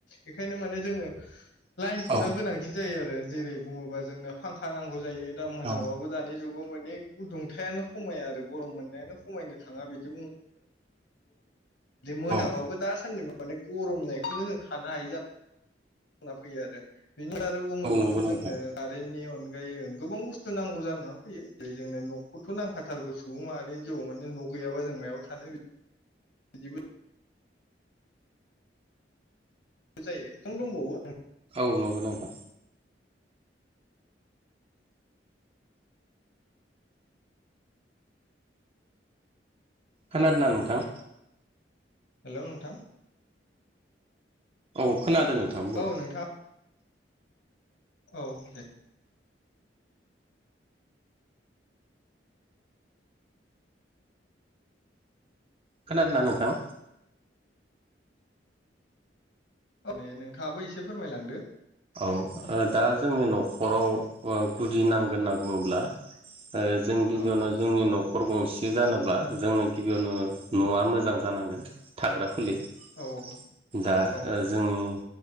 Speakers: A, on the left; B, on the right.
A: ओंखायनो माने जोंनो लाइनखौ
B: औ
A: दा गोनांथि जायो आरो जेरै बुङोबा जोंनो फांखा नांगौ जायो दा मोनाबाबो
B: औ
A: दानि जुग गाव‌ माने गुदुंथायानो खमाया आरो गरम मोननायानो खमायनो बिदि मोनाबाबो
B: औ
A: दा सान्दि माने गरमनायखौनो जों थानो हायो जाना फैयो आरो बिनि बारै बुङोबाथ'
B: औ नंगौ नोंथां
A: जोंनो कारेन्टनि अन गायै गोबां बुस्थु नांगौ जानानै फैयो जे जोंनो न'खौथ' नांखाथारगौ सुबुं माहारिनि जिउआव माने न' गैयाबा जों मायाव थानो बिदिबो जायो नों दंबावो
B: औ नंगौ नोंथां खोनादोंना नोथां
A: हेलौ नोंथां
B: औ खोनादों नोंथां बुं
A: औ नोंथां औ दे।
B: खोनादोंना नोंथां?
A: माने नोंथाङाबो एसे फोरमायलांदो।
B: औ दा जोंनि न'खराव गुदि नांगोन होनना बुङोब्ला जों गिबियावनो
A: औ
B: जोंनि न'खर खर गंसे जानोब्ला जोंनो गिबियावनो न'आ मोजां जानांगोन थाग्रा खुलि दा
A: औ औ
B: जों